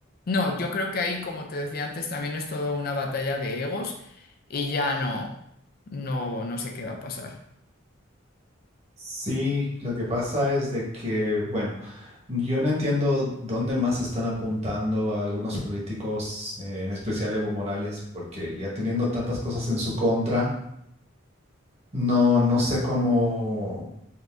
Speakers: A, on the left; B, on the right.
A: No, yo creo que ahí, como te decía antes, también es todo una batalla de egos y ya no, no, no sé qué va a pasar.
B: Sí, lo que pasa es de que, bueno, yo no entiendo dónde más están apuntando a algunos políticos, eh, en especial Evo Morales, porque ya teniendo tantas cosas en su contra, no, no sé cómo,